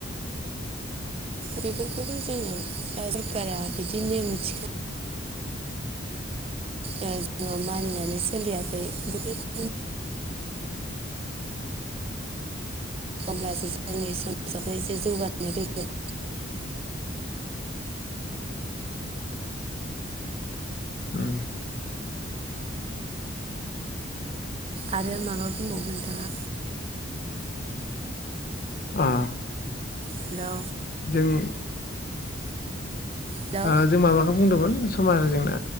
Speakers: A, on the right (about 30°); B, on the left (about 45°).
A: बेफोरखौथ' जोंनि सरकारा बिदि नेम थिखा ओ जोङो मानिनानै सोलियाखै बेफोरखौ होमब्लासो जोंनि समाजाबो एसे जौगानाय फैगोन।
B: ओम
A: आरो माबा बुंबावो नोंथाङा
B: आ
A: हेलौ
B: जों
A: हेलौ
B: ओ जों माबाखौ बुंदोंमोन समाजारि जेंना